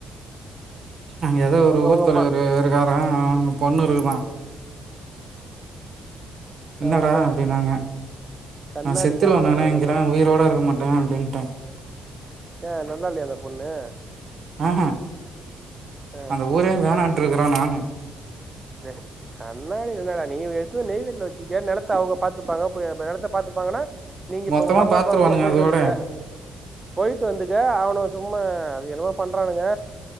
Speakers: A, on the right (about 50°); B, on the right (about 20°).
A: அங்க ஏதோ ஒரு
B: உங்க
A: ஊர்
B: உங்கம்மா
A: தலைவரு இருக்காரா அவ்ங்க பொண்ணு இருக்குதா என்னடா
B: அவ்ளோதா
A: அப்டின்னாங்க
B: கண்ணாடிக்கு
A: நா செத் த்துருவ
B: அவன்
A: நானு
B: அவ்ளோதா
A: இங்கே நானு உயிரோட இருக்க மாட்டே அப்டின்ட்டே
B: ஏ நல்லா இல்லையா அந்த பொண்ணு
A: ம்ஹ்
B: ஆ
A: அந்த ஊரே வேணாட்டுருக்குறே நானு
B: வே கண்ணாடி இல்லடா நீ எத்து நெய்வேலில்ல வச்சுக்க நெலத்த அவுக பாத்துப்பாக ப்ப ப நெலத்த பாத்துப்பாகன்னா நீங்க இப்ப
A: மொத்தமா
B: உங்க அப்பாவ
A: பாத்துருவானுங்க
B: பாக்கலா போயிட்டு
A: அதோட
B: வந்துக போயிட்டு வந்துக்க அவுனுக சும்மா அது என்னமாோ பண்றானுங்க